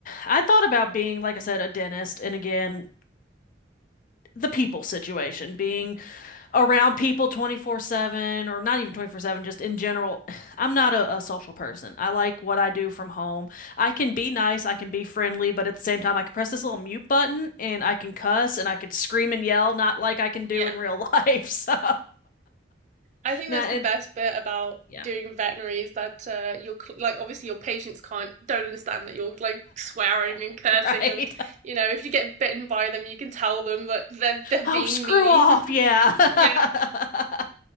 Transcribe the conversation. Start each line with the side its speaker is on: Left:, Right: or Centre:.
Left: I thought about being, like I said, a dentist, and again, the people situation, being around people 24/7 or not even 24/7 just in general <sighs> I'm not a, a social person. I like what I do from home. I can be nice, I can be friendly, but at the same time I can press this little mute button and I can cuss and I could scream and yell not like I can do
Right: Yeah.
Left: in real life. <laughs> So
Right: I think
Left: now
Right: that's
Left: and
Right: the best bit about
Left: yeah,
Right: doing veterinary is that uh, are cl- like obviously your patients can't don't understand that you're like swearing and
Left: <laughs>
Right: cursing
Left: right.
Right: and you know if you get bitten by them you can tell them that they're they're being
Left: Oh, screw
Right: mean.
Left: off.
Right: <laughs>
Left: Yeah. <laughs>
Right: Yeah.